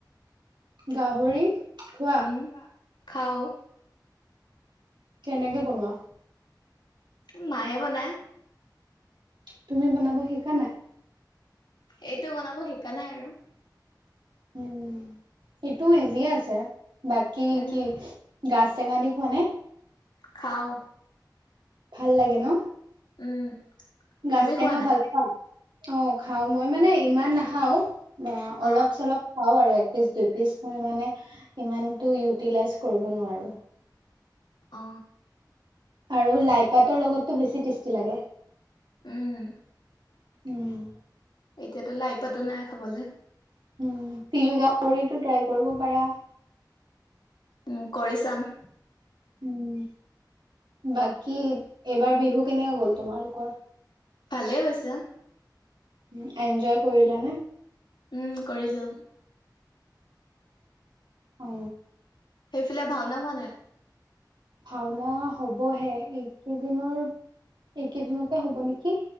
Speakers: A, on the right; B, on the left.
A: গাহৰি। খোৱা
B: উম খাওঁ।
A: কেনেকে বনোৱা।
B: উ মায়ে বনায়
A: তুমি বনাব শিকা নাই।
B: এইটো বনাব শিকা নাই আৰু।
A: উম সেইটোও ইজিয়ে আছে। আছে বাকী
B: উম।
A: কি গাছ টেঙা দি খোৱা নে
B: খাওঁ।
A: ভাল লাগে ন।
B: উম।
A: গাজ
B: তুমি
A: টেঙা
B: খোৱা নাই?
A: ভাল পোৱা অ খাও মই মানে ইমান নাখাওঁ বা অলপ
B: অ',
A: চলপ। খাওঁ আৰু এক পিচ দুই পিচ মই মানে ইমানটো ইউটিলাইজ কৰিব নোৱাৰো
B: অ
A: আৰু লাই পাতৰ লগতো বেছি টেষ্টি লাগে।
B: উম।
A: উম।
B: এতিয়াতো লাই পাতো নাই খাবলে
A: উম তিল গাহৰিটো ট্ৰাই কৰিব পাৰা।
B: উম কৰি চাম।
A: উম বাকী এইবাৰ বিহু কেনেকে গ'ল তোমালোকৰ।
B: ভালে গৈছে
A: উম এনজয় কৰিলা নে
B: উম, কৰিলোঁ।
A: অ
B: সেইফালে ভাওনা হোৱা নাই
A: ভাওনা হবহে এইকেইদিনৰ এইকেইদিনতে হব নেকি